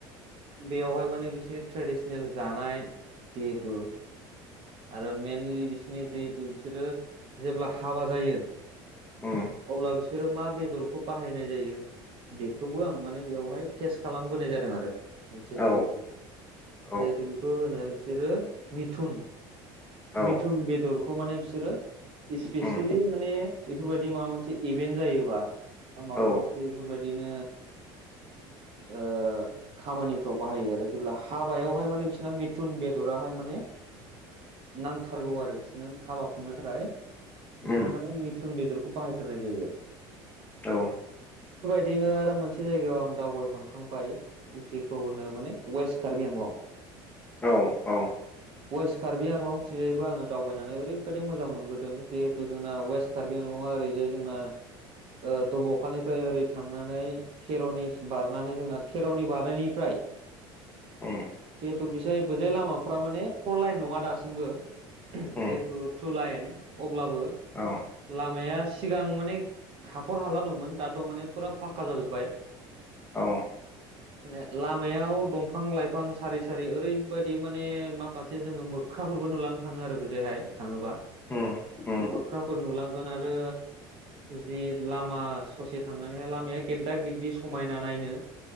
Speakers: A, on the right (about 55°); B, on the left (about 15°).
A: बेवहाय माने बिसिनि ट्रेडिसनेल जानाय जिहेथु आरो मेनलि बिसिनि जिहेथु बिसोरो जेब्ला हाबा जायो।
B: उम
A: अब्ला बिसोरो मा बेदरखौ बाहायनाय जायो बेखौबो आं माने बेयावहाय टेस्ट खालामबोनाय जादों आरो। मोनसे
B: औ
A: जिहेथु-
B: औ
A: जिहेथु बेखौ होनो बिसोरो मिथुन- मिथुन
B: औ
A: बेदरखौ माने बिसोरो इस्पेसियेलि
B: उम
A: माने बेफोरबायदि माबा मोनसे इभेन्ट जायोबा माबा
B: औ
A: मोनसे बेफोरबायदिनो ओ खामानिफ्राव बाहायो आरो जेब्ला हाबायावहाय माने सोरना मिथुन बेदराहाय माने नांथारगौ आरो बिसोरनो हाबा खुंनो थाखाय बिसोरो
B: उम
A: माने मिथुन बेदरखौ बाहायथारनाय जायो आरो
B: औ।
A: बिदिनो आरो मोनसे जायगायाव आं दावबायहांखांबाय जेखौ होनो माने वेस्ट कार्बि आंलं।
B: औ औ।
A: वेस्ट कारबि आंलं थिजायबो आङो दावबायनानै ओरैबायदि मोजां मोनबोदों जिहेथु जोंना वेस्ट कार्बि आंलंआ ओरैजाय जोंना ओ दब'खानिफ्राय ओरै थांनानै खेर'नि बारनानै जोंना खेर'नि बारनायनिफ्राय
B: उम।
A: जिहेथु बिसाय बोजाय लामाफ्रा माने फर लाइन नङा दासिमबो जिहेथु
B: उम
A: टु लाइन। अब्लाबो
B: औ
A: लामाया सिगां माने हाखर हाला दंमोन दाथ' माने फुरा फाक्का जाजोब्बाय।
B: औ।
A: माने लामायाव दंफां लाइफां सारि सा सारि ओरैबादि माने माखासे जोङो मोख्राफोरबो नुलांनो थाङो आरो बिजोहाय थाङोबा।
B: उम उम
A: मोख्राफोर नुलांगोन आरो जि लामा ससे थांनानैहाय लामाया गेददा गेददि समायना नायनो।